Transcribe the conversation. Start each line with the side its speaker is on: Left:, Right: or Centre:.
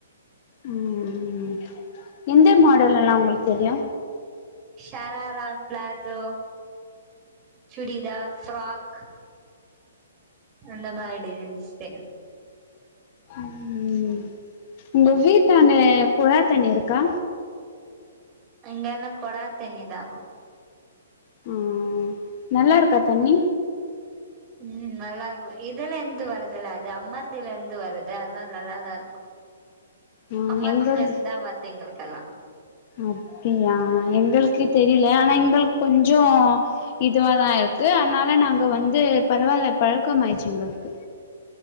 Left: ம் எந்த மாடல் எல்லா உங்களுக்கு தெரியு
Right: ஷராரா ப்ளஸோ சுடிதார் ஃப்ராக் அந்த மாரி டிசைன்ஸ் தெரியு
Left: ம் உங்க வீட்டாண்ட குழாத்தண்ணி இருக்கா
Right: இங்கென்ன கொடாத்தண்ணி தா
Left: ம் நல்லாருக்கா தண்ணி
Right: ம் நல்லா இருக்கு இதுலருந்து வரதுல்ல அது அமர்திலந்து வருது அதுனால நல்லாதா இரு
Left: ம்
Right: அமர்தில
Left: எங்கள்து
Right: இருந்து தா வருது எங்களுக்கெல்லா
Left: அப்டியா எங்களுக்கு தெரியல ஆனா எங்களு கொஞ்சோ இதுவாதா இருக்கு அதனால நாங்க வந்து பரவாயில்ல பழக்கம் ஆயிருச்சு எங்களுக்கு